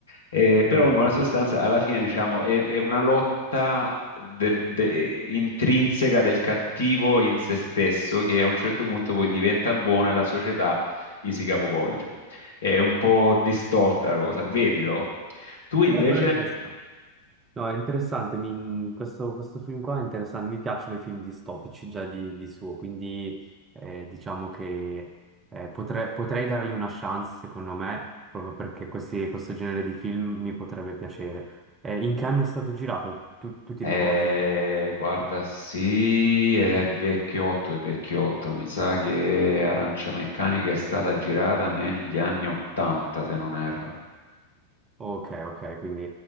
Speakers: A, on the left (about 70°); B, on the right (about 20°).
A: Eh,
B: Mm,
A: però in buona
B: va
A: sostanza
B: bene.
A: alla fine diciamo è, è una lotta del- de- intrinseca del cattivo in se stesso che a un certo punto poi diventa buono e la società gli si capovolge. È un po' distorta la cosa, vedilo. Tu invece?
B: Eh, però è interessante. No, è interessante. mi- questo, questo film qua è interessante. Mi piacciono i film distopici già di, di suo, quindi eh, diciamo che eh, potrei, potrei dargli una chance, secondo me, proprio perché questi- questo genere di film mi potrebbe piacere. Eh, in che anno è stato girato? Tu, tu ti
A: Eh,
B: ricordi?
A: guarda, sì, è vecchiotto, è vecchiotto. Mi sa che Arancia Meccanica è stata girata negli anni 80, se non erro.
B: Ok, ok, quindi